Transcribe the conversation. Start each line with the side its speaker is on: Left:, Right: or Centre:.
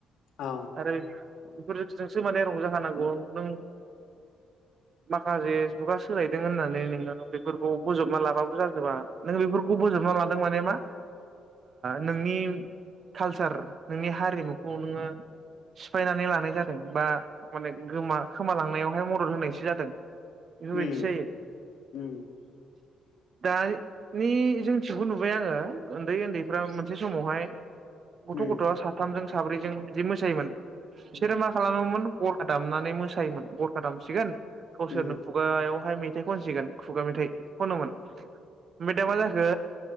Left: औ
Right: आरो। बेफोरजोंसो माने रंजाखानांगौ। नों माखासे जुगा सोलायदों होननानै, नोङो बेफोरखौ बोजबना लाबाबो जाजोबा। नों बेफोरखौ बोजबना लादों माने मा नोंनि कालसार, नोंनि हारिमुखौ नोङो। सिफायनानै लानाय जादों, बा माने गोमा खोमालांनायावहाय मदद होनायसो जादों। बेफोरबायदि
Left: उम
Right: जायो
Left: उम
Right: दा। नि जोंनिथिंखौ नुबाय आङो उन्दै उन्दैफ्रा मोनसे समावहाय गथ'
Left: उम
Right: गथ'आ साथामजों साब्रैजों जि मोसायोमोन बिसोरो
Left: उम
Right: मा खालामोमोन गरखा दामनानै मोसायोमोन। गरखा दामसिगोन गावसोरनो
Left: उम
Right: खुगायावहाय मे थाइ खनसिगोन खुगा मेथाइ
Left: औ दा
Right: खनोमोन। ओमफ्राय दा मा जा खो